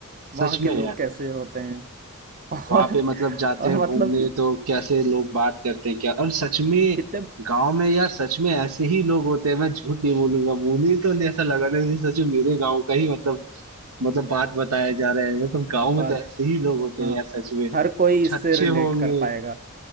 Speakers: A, on the right (about 40°); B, on the right (about 85°).
A: वहाँ
B: सच
A: के
B: में
A: लोग
B: यार
A: कैसे होते हैं <laughs>
B: वहाँ
A: और
B: पे मतलब जाते
A: और
B: हैं घूमने
A: मतलब कि
B: तो कैसे लोग बात करते हैं क्या और सच में
A: कितने
B: गांव में यार सच में ऐसे ही लोग होते हैं मैं झूठ नहीं बोलूंगा मुझे तो ऐसा लगा ना जैसे सच में मेरे गांव का ही मतलब मतलब बात बताया जा रहा है मतलब गांव में
A: बात
B: तो ऐसे ही लोग होते
A: हाँ
B: हैं यार सच में
A: हर कोई
B: कुछ
A: इससे
B: अच्छे
A: रिलेट
B: होंगे
A: कर पाएगा